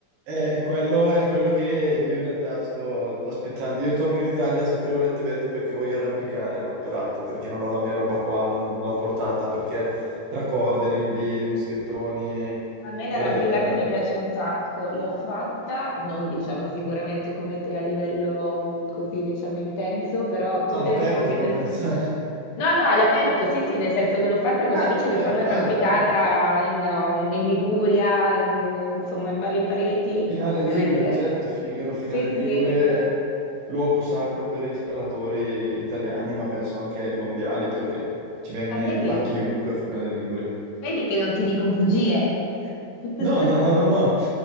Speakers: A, on the right; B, on the left.
A: eh, quello è quello che io in realtà sto aspettando. Io torno in Italia so- prevalentemente perché voglio arrampicare, non peraltro, perché non ho la mia roba qua, non l'ho portata perché tra corde, rinvii, moschettoni,
B: A me l'arrampicata
A: eh,
B: mi piace un sacco, l'ho fatta, non diciamo sicuramente come te a livello mm, così diciamo intenso, però tutte
A: no, all'aperto,
B: le poche...
A: non
B: le-
A: pensare. <laughs>
B: No, no, all'aperto, sì, sì, nel senso che l'ho fatta con
A: Ah,
B: amici
A: ok,
B: che fanno
A: vale,
B: arrampicata
A: vale.
B: in, um, in Liguria, in- in- insomma in varie pareti,
A: Finale
B: ovviamente.
A: Ligure, certo, Figaro, finale
B: Sì,
A: Ligure
B: sì,
A: è luogo sacro per i scalatori italiani, ma penso anche ai mondiali perché ci viene
B: Eh, vedi,
A: là chiunque a finale Ligure.
B: vedi che non ti dico bugie. <laughs>
A: No, no, no, no, no.